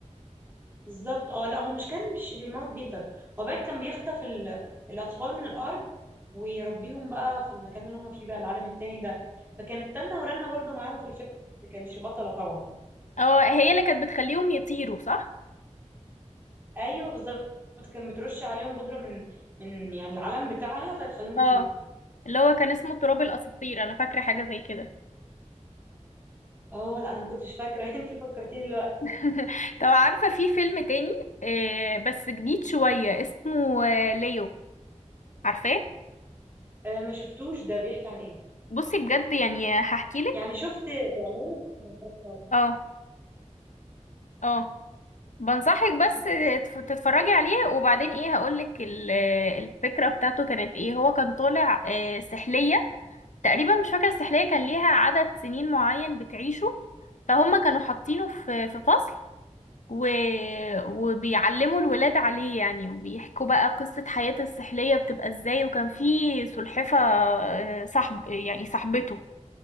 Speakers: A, on the right; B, on the left.
A: بالظبط اه لا هو مش كان مش بيموت بيتر هو بان كان بيخطف ال... الاطفال من الارض ويربيهم بقى في المكان اللي هم فيه بقى العالم التاني ده فكانت تنة ورنة برضو معاهم في الفيلم ما كانش بطلة طبعا
B: اه هي اللي كانت بتخليهم يطيروا صح
A: ايوه بالظبط كان مترشي عليهم بودره من من يعني العلم بتاعها فهتخليهم يطيروا
B: اه اللي هو كان اسمه تراب الاساطير انا فاكره حاجه زي كده
A: اه لا انا ما كنتش فاكره <laughs> انت اللي فكرتيني دلوقتي
B: <laughs> طب عارفه في فيلم تاني آه، بس جديد شويه اسمه آه، ليو عارفاه
A: آه ما شفتوش ده بيحكي عن ايه
B: بصي بجد يعني هحكي لك
A: يعني شفت اعلانه بس ما اتفرجتش عليه
B: اه اه بنصحك بس تف- تتفرجي عليه وبعدين ايه هقولك ال- الفكرة بتاعته كانت ايه هو كان طالع آه، سحلية تقريبا مش فاكرة السحلية كان ليها عدد سنين معين بتعيشه فهم كانوا حاطينه في في فصل و... وبيعلموا الولاد عليه يعني وبيحكوا بقى قصة حياة السحلية بتبقى ازاي وكان في سلحفة آه، صاحب يعني صاحبته